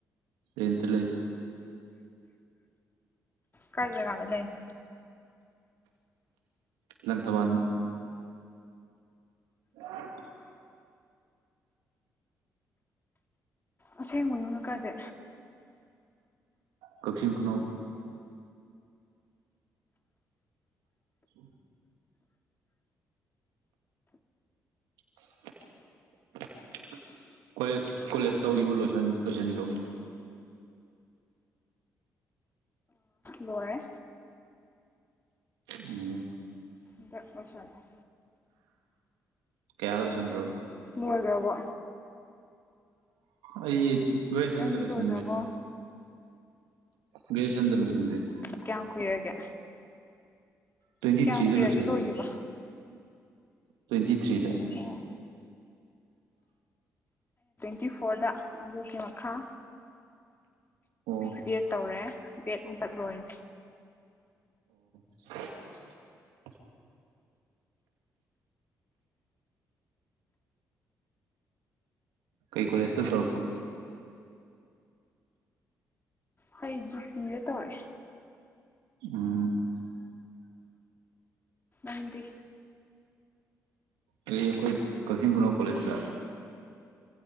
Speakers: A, on the right (about 80°); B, on the left (about 25°).
A: ꯔꯦꯠꯇ ꯂꯩ
B: ꯀꯩꯗ ꯖꯥꯒꯥꯗ ꯂꯩꯅꯣ
A: ꯂ ꯂꯪꯀꯕꯥꯥꯟꯅ ꯑ
B: ꯑꯁꯦꯡꯕ ꯌꯨꯝꯅ ꯀꯗꯦ
A: ꯀꯛꯆꯤꯡ ꯈꯨꯅꯣ <unintelligible> <unintelligible> ꯀꯣꯂꯦꯖ ꯀꯣꯂꯦꯖ ꯇꯧꯔꯤꯕ ꯂꯣꯏꯁꯤꯟꯈꯕ
B: ꯂꯣꯏꯔꯦ
A: ꯎꯝ
B: <inaudible>
A: ꯀꯌꯥꯗ ꯂꯣꯏꯆꯟꯒꯔꯣ
B: ꯂꯣꯏꯒꯕꯣ
A: ꯑꯩ ꯒ꯭ꯔꯦꯖꯦꯁꯟ
B: ꯅꯪꯗꯤ
A: ꯗ ꯂꯣꯏꯁꯟꯒꯔꯦ
B: ꯂꯣꯏꯈ꯭ꯔꯕꯣ
A: ꯒ꯭ꯔꯦꯖꯦꯁꯟ ꯗ ꯂꯣꯏꯁꯟꯒꯔꯦ
B: ꯀꯌꯥꯝ ꯀꯨꯏꯔꯒꯦ
A: ꯇ꯭ꯋꯦꯟꯇꯤ
B: ꯀꯌꯥꯝ
A: ꯊ꯭ꯔꯤꯗ
B: ꯀꯨꯏꯔꯒꯦ
A: ꯂꯣꯏꯁꯤꯟꯃꯦ
B: ꯂꯣꯏꯈꯤꯕ
A: ꯇ꯭ꯋꯦꯟꯇꯤ ꯊ꯭ꯔꯤꯗ
B: ꯑꯣ ꯇꯋꯦꯟꯇꯤ ꯐꯣꯔꯗ ꯑꯗꯨꯒꯤ ꯃꯈꯥ
A: ꯑꯣ
B: ꯕꯤ ꯑꯦꯠ ꯇꯧꯔꯦ ꯕꯤ ꯑꯦꯠ ꯍꯟꯗꯛ ꯂꯣꯏꯅꯤ
A: <unintelligible> ꯀꯩ ꯀꯣꯂꯦꯖꯁꯨ ꯇꯧꯔꯛꯀꯦ
B: ꯍꯁꯗ ꯇꯧꯔꯑꯦ
A: ꯎꯝ
B: ꯑꯗꯤ
A: ꯑꯩ ꯑꯩꯈꯣꯏ ꯀꯛꯆꯤꯡ ꯀꯨꯅꯣ ꯄꯣꯂꯦꯖꯇ